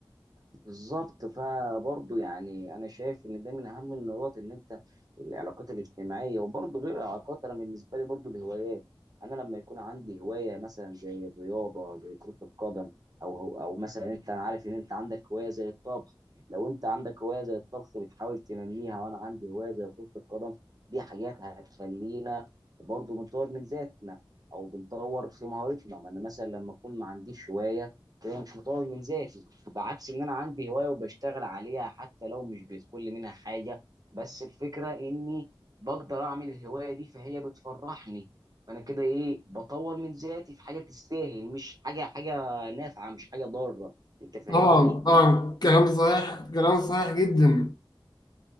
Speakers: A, on the right (about 45°); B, on the left (about 50°).
A: بالظبط فبرضه يعني انا شايف ان ده من اهم النقاط ان انت العلاقات الاجتماعيه وبرضه غير العلاقات انا بالنسبه لي برضه الهوايات انا لما يكون عندي هوايه مثلا زي الرياضه زي كره القدم او هو- او مثلا انت انا عارف ان انت عندك هوايه زي الطبخ لو انت عندك هوايه زي الطبخ بتحاول تنميها وانا عندي هوايه زي كره القدم دي حاجات هتخلينا برضه بنطور من ذاتنا او بنطور في مهارتنا ما انا مثلا لما اكون ما عنديش هوايه كده مش مطور من ذاتي بعكس ان انا عندي هوايه وبشتغل عليها حتى لو مش بيدخل لي منها حاجه بس الفكره اني بقدر اعمل الهوايه دي فهي بتفرحني فانا كده ايه بطور من ذاتي في حاجه تستاهل مش حاجه حاجه نافعه مش حاجه ضاره انت فاهمني
B: طبعا طبعا كلام صحيح كلام صحيح جدا